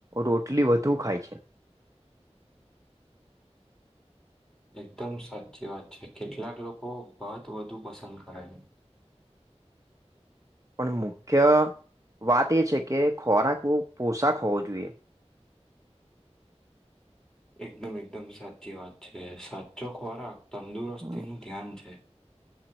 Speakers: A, on the right; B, in the centre.
A: રોટલી વધુ ખાય છે.
B: એકદમ સાચી વાત છે કેટલાક લોકો ભાત વધુ પસંદ કરે છે.
A: પણ મુખ્ય વાત એ છે કે ખોરાક બહુ પોષક હોવો જોઈએ.
B: એકદમ એકદમ સાચી વાત છે સાચો ખોરાક તંદુરસ્તી
A: અને
B: નું ધ્યાન છે.